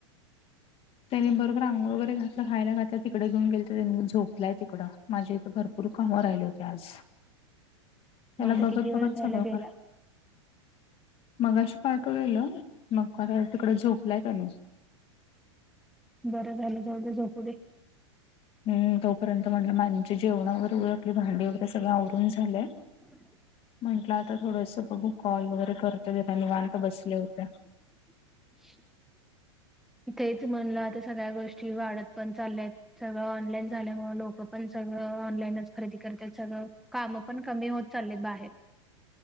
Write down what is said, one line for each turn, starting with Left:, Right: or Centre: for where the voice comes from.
Centre: <inaudible>
Left: त्यानी बरोबर आंघो वगैर घातलं खायला घातलं तिकडे घेऊन गेले तर त्यांनी झोपलाय तिकडं माझे इथं भरूर. तर कामावर राहिले होते आज त्याला
Centre: मग आता
Left: बघत
Centre: किती
Left: बघत
Centre: वेळ झाला
Left: सगळं
Centre: गेला.
Left: करा मगाशी प्टवलेलं मग तिकड झोपलाय त्यान.
Centre: बरं झालं जावढ झोपू दे.
Left: हम् तोपर्यंत म्हटलं माझे जेवणा वगैरे आपली भांडी वगैरे सगळं आवरून झालंय.
Centre: हम्.
Left: म्हंटलं आता थोडस बघू कॉल वगैरे करतो निवांत बसले होते.
Centre: <unintelligible> तेच म्हणलं आता सगळ्या गोष्टी वाढत पण चालल्यात. सगळं ऑनलाईन झाल्यामुं लोक पण सगळं ऑनलाईनच खरेदी करतात सगळं. काम पण कमी होत चाललेत बाहेर.